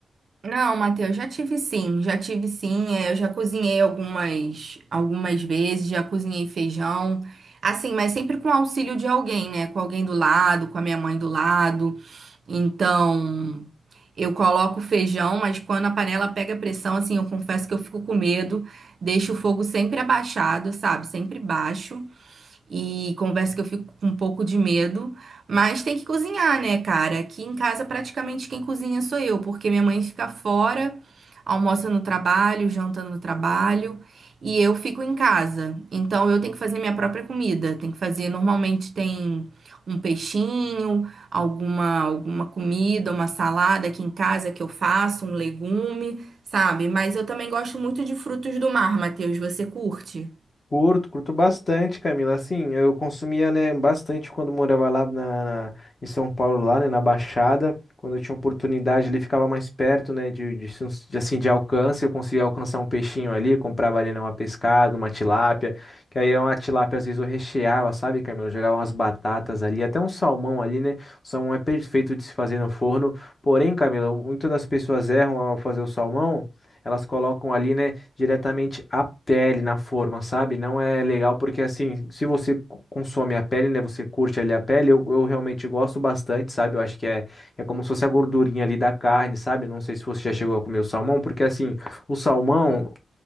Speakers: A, on the right (about 55°); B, on the left (about 25°).
A: Não, Matheus, já tive sim, já tive sim. é, Eu já cozinhei algumas, algumas vezes, já cozinhei feijão. Assim, mas sempre com auxílio de alguém, né? Com alguém do lado, com a minha mãe do lado. Então, eu coloco o feijão, mas quando a panela pega pressão, assim, eu confesso que eu fico com medo. Deixo o fogo sempre abaixado, sabe? Sempre baixo. E converso que eu fico com um pouco de medo, mas tem que cozinhar, né, cara? Aqui em casa praticamente quem cozinha sou eu, porque minha mãe fica fora, almoça no trabalho, janta no trabalho, e eu fico em casa. Então eu tenho que fazer minha própria comida, tem que fazer, normalmente tem um peixinho, alguma alguma comida, uma salada aqui em casa que eu faço, um legume, sabe? Mas eu também gosto muito de frutos do mar, Matheus, você curte?
B: Curto, curto bastante, Camila. Assim, eu consumia, né, bastante quando morava lá na, na- em São Paulo, lá, né, na Baixada. Quando eu tinha oportunidade, ele ficava mais perto, né, de, de, sus- de, assim, de alcance. Eu conseguia alcançar um peixinho ali, comprava ali, né, uma pescada, uma tilápia. Que aí uma tilápia, às vezes, eu recheava, sabe, Camila? Eu jogava umas batatas ali, até um salmão ali, né? O salmão é perfeito de se fazer no forno. Porém, Camila, muitas das pessoas erram ao fazer o salmão elas colocam ali, né, diretamente a pele na forma, sabe? Não é legal porque, assim, se você co- consome a pele, né, você curte ali a pele, eu, eu realmente gosto bastante, sabe? Eu acho que é, é como se fosse a gordurinha ali da carne, sabe? Não sei se você já chegou a comer o salmão, porque, assim, o salmão,